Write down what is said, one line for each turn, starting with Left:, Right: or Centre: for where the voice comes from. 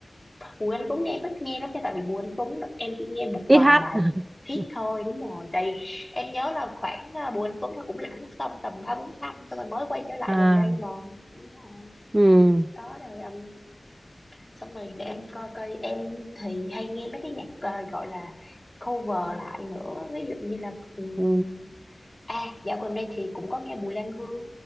Left: Bùi Anh Tuấn nghe em ít nghe lắm nha tại vì Bùi Anh Tuấn em chỉ nghe một
Right: ít
Left: vài
Right: hát
Left: bài
Right: <laughs>
Left: hit thôi đúng rồi tại vì em nhớ là khoảng à, Bùi Anh Tuấn là cũng lãng mất tầm tầm ba bốn năm xong rồi mới quay trở lại
Right: à
Left: gần đây mà đúng rồi
Right: ừ,
Left: đó rồi um, xong rồi để em coi coi em thì hay nghe mấy cái nhạc à, gọi là cover lại nữa ví dụ như là um,
Right: ừ.
Left: à dạo gần đây thì cũng có nghe Bùi Lan Hương